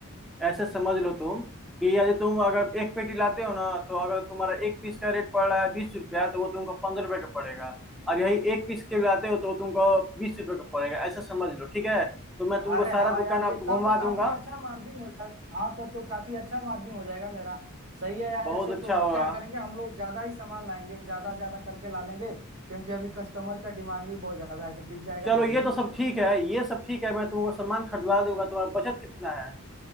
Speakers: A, in the centre; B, on the right.
A: ऐसे समझ लो तुम कि यदि तुम अगर एक पेटी लाते हो ना तो अगर तुम्हारा एक पीस का रेट पड़ रहा है बीस रुपया तो वो तुमको पंद्रह रुपये का पड़ेगा और यही एक पीस के लाते हो तो वो तुमको बीस रुपये का पड़ेगा ऐसा समझ लो ठीक है तो मैं तुमको
B: अरे
A: सारा
B: हाँ
A: दुकान
B: यार ये
A: आप घुमा
B: तब तो काफी
A: दूंगा
B: अच्छा मार्जिन हो जाएगा हाँ तब तो काफी अच्छा मार्जिन हो जाएगा मेरा सही है यार
A: बहुत
B: ऐसे
A: अच्छा
B: तो
A: होगा
B: क्या करेंगे हम लोग ज्यादा ही सामान लाएंगे ज्यादा ज्यादा करके ला लेंगे क्योंकि अभी कस्टमर का डिमांड भी बहुत ज्यादा है तो बिक जाएगा
A: चलो
B: जल्दी
A: ये तो
B: ही
A: सब
B: तो-
A: ठीक है ये सब ठीक है मैं तुमको सामान खरीदवा दूंगा तुम्हारा बचत कितना है